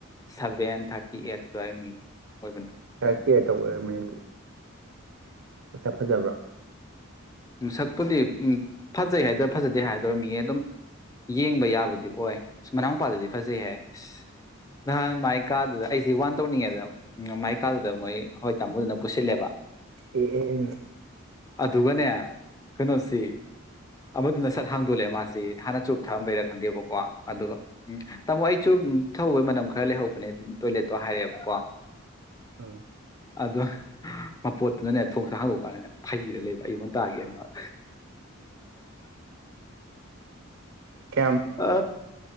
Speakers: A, on the left (about 15°); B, on the right (about 70°).
A: ꯁꯚꯦꯟ ꯊꯥꯔꯇꯤ ꯀꯤꯑꯦ ꯑꯗꯨꯋꯥꯏ ꯃꯤꯗꯣ ꯑꯣꯏꯕꯅꯤ
B: ꯀꯦꯔ ꯇꯧꯕ ꯑꯣꯏꯔꯝꯃꯅꯤ ꯑꯗꯨꯗꯤ ꯑꯁ ꯐꯖꯕ꯭ꯔꯥ
A: ꯁꯛꯄꯨꯗꯤ ꯎ ꯐꯖꯩ ꯍꯥꯏꯗꯔꯥ ꯐꯖꯗꯦ ꯍꯥꯏꯗꯣꯏꯔ ꯃꯤꯌꯦ ꯑꯗꯨꯝ ꯌꯦꯡꯕ ꯌꯥꯕꯗꯤ ꯑꯣꯏ ꯃꯅꯥꯎ ꯃꯄꯥꯗꯗꯤ ꯐꯖꯩ ꯍꯥꯏ ꯑꯁ ꯅꯍꯥꯟ ꯃꯥꯏ ꯀꯥꯗꯨꯗ ꯑꯩꯁꯤ ꯋꯥꯟ ꯇꯧꯅꯤꯡꯉꯦꯗ ꯀꯥꯗꯨꯗ ꯃꯣꯏ ꯍꯣꯏ ꯇꯥꯃꯣꯗꯨꯅ ꯄꯨꯁꯤꯜꯂꯦꯕ
B: ꯑꯦ ꯑꯦ
A: ꯑꯗꯨꯒꯅꯦ ꯀꯩꯅꯣꯁꯤ ꯑꯃꯗꯨꯅ ꯁꯠ ꯍꯥꯡꯗꯣꯛꯂꯛꯑꯦ ꯃꯥꯁꯤ ꯍꯥꯟꯅ ꯆꯨꯞ ꯊꯛꯑꯝꯕꯩꯔꯥ ꯈꯪꯗꯦꯕꯀꯣ ꯑꯗꯨꯒ ꯎ ꯇꯥꯃꯣ ꯑꯩ ꯆꯨꯞ ꯊꯍꯧꯕꯩ ꯃꯅꯝ ꯈꯔ ꯂꯩꯍꯧꯕꯅꯦ ꯇꯣꯏꯂꯦꯠꯇꯣ ꯍꯥꯏꯔꯛꯑꯦꯕꯀꯣ
B: ꯎꯝ
A: ꯑꯗ ꯃꯄꯣꯠꯇꯨꯅꯅꯦ ꯊꯣꯡꯁꯥ ꯍꯥꯡꯗꯣꯛꯄꯀꯥꯟꯗꯅꯦ ꯐꯩꯔ ꯂꯩꯕ ꯑꯩꯉꯣꯟ ꯇꯥꯒꯦ ꯃꯥꯜ
B: ꯀꯌꯥꯝ
A: ꯑ